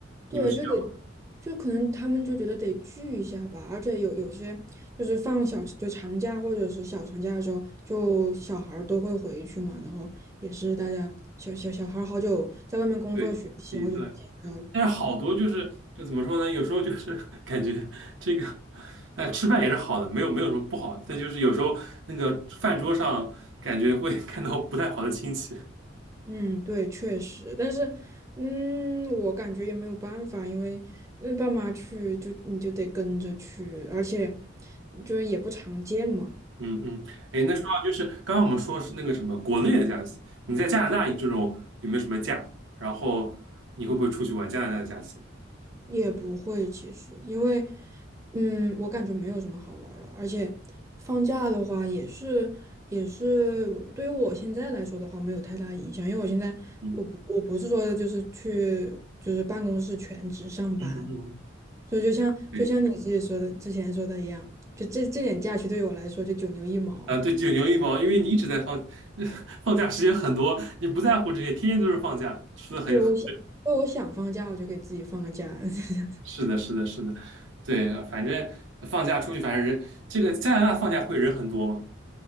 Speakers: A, on the right; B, on the right.
A: 对，
B: 你们是要
A: 就得就可能他们就觉得得聚一下吧，而且有有些就是放小就长假或者是小长假的时候，就小孩儿都会回去嘛，然后也是大家小小小孩儿好久在外面工作学习，
B: 对，对对，
A: 好久不见。
B: 但是好多就是就怎么说呢？有时候就是 <laughs> 感觉这个，呃，吃饭也是好的，没有没有什么不好，但就是有时候那个饭桌上感觉会 <laughs> 看到不太好的亲戚。
A: 嗯，对，确实，但是嗯，我感觉也没有办法，因为嗯爸妈去就你就得跟着去，而且就是也不常见嘛。
B: 嗯嗯，哎，那说到就是刚刚我们说是那个什么国内的假期，你在加拿大这种有没有什么假？然后你会不会出去玩加拿大的假期？
A: 也不会，其实因为，嗯，我感觉没有什么好玩儿的，而且放假的话也是也是对于我现在来说的话没有太大影响，因为我现在我不我不是说就是去就是办公室全职上班，
B: 嗯嗯嗯，嗯
A: 就就像就像你自己说的之前说的一样，
B: 对
A: 就这这点假期对于我来说就九牛一毛，
B: 啊，对，九牛一毛，因为你一直在放 <laughs> 放假时间很多，你不在乎这些，天天都是放假，说的很很
A: 对我想对我想放假我就给自己放个假，<laughs>
B: 是的，是的，是的，对，反正放假出去，反正人这个加拿大放假会人很多嘛，